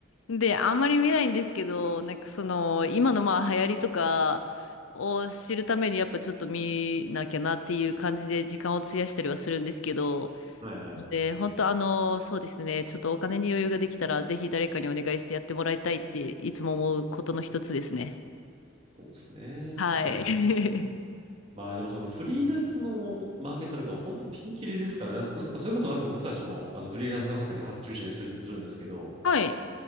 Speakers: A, on the left; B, on the right.
A: で、あんまり見ないんですけど、なんかその、今のまあ流行りとかを知るためにやっぱちょっと見なきゃなっていう感じで時間を費やしたりはするんですけど、
B: はいはい。
A: ので、本当あの、そうですね、ちょっとお金に余裕ができたらぜひ誰かにお願いしてやってもらいたいっていつも思うことの一つですね。
B: そうですね。
A: はい。
B: 確かにな。
A: <laughs>
B: まあでもそのフリーランスのマーケターとかも本当ピンキリですから、そそっかそれこそなんか僕たちもあのフリーランスの方に発注したりする、するんですけど、
A: はい。